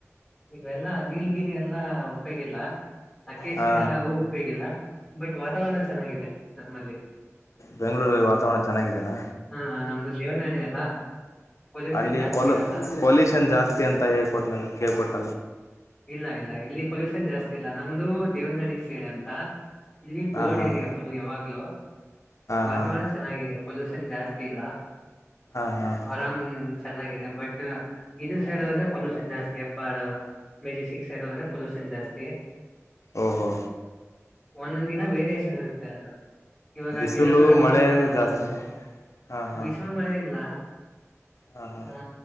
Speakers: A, in the centre; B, on the left (about 70°).
A: ಇವೆಲ್ಲ ನೀಲ್ಗಿರಿ ಎಲ್ಲ ಉಪ್ಪೇೋಗಿಲ್ಲ ಅಕೇಶಿಯ
B: ಹಾ
A: ಹೂ ಉಪೇೋಗಿಲ್ಲ ಬಟ್ ವಾತಾವರಣ ಚೆನ್ನಾಗಿದೆ ನಮ್ಮಲ್ಲಿ
B: ಬೆಂಗಳೂರಲ್ಲಿ ವಾತಾವರಣ ಚೆನ್ನಾಗಿದೆನಾ
A: ಹಾ ನಮ್ದು ದೇವನಹಳಿ ಅಲ್ಲ ಪೊಲ್ಯೂಷನ್
B: ಅಲ್ಲಿ
A: ಜಾಸ್ತಿ
B: ಪ
A: ಇರಲ್ಲ
B: ಪೊಲ್ಯೂಷನ್ ಜಾಸ್ತಿ ಅಂತ ಹೇಳ್ಕೊಟ್ಟ ನ ಕೇಳ್ಬಟ್ಟ
A: ಇಲ್ಲ ಇಲ್ಲ ಇಲ್ಲಿ ಪೊಲ್ೂಷನ್ ಜಾಸ್ತಿ ಗಲ್ಲ ನಮ್ದು ದೇವನಹಳ್ಳಿ ಸೈಡ್ ಅಂತ ಇಲ್ಲಿ ಕೋಲ್ಡ್
B: ಹಾಂ ಹಾಂ
A: ಏರಿಯಾ ಫುಲ್ ಯಾವಾಗ್ಲೂ
B: ಹಾಂ
A: ವಾತಾವರಣ
B: ಹಾಂ
A: ಚೆನ್ನಾಗಿದೆ ಜಾಸ್ತಿ ಇಲ್ಲಾ
B: ಹಾಂ ಹಾಂ
A: ಆರಾಮ ಚೆನ್ನಾಗಿದೆ ಬಟ್ ಇದ ಸೈಡ್ ಆದ್ರೆ ಪೊಲ್ೂಷನ್ ಜಾಸ್ತಿಿಯ ಬಾಳ ಮೆಜೆಸ್ಟಿಕ್ ಸೈಡ್ೆ ಪೊಲ್ೂಷನ್ ಜಾಸ್ತಿ
B: ಓಹೋ
A: ಒಂದೊಂದ ದಿನ ವೇರಿಷನ್ ಇರುತ್ತೆ ಅದು ಇವಾಗ
B: ಬಿಸಿಲು
A: ಗಿಡ ಮರಗಳು
B: ಮಳೆ
A: ಇದಾವಲ್ಲ
B: ಜಾಸ್ತಿನ ಹಾಂ ಹಾಂ
A: ಬಿಸಲು ಮಳೆ ಇಲ್ಲ
B: ಹಾಂ ಹಾಂ
A: ಆ